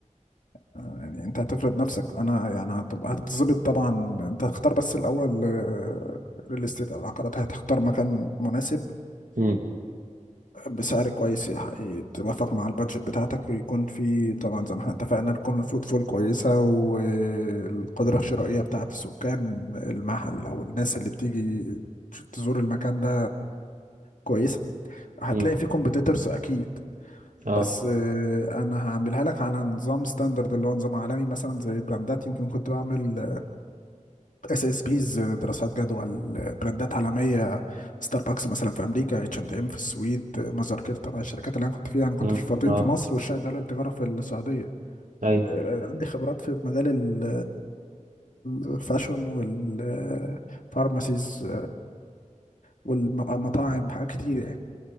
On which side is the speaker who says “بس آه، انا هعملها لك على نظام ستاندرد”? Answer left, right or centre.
Left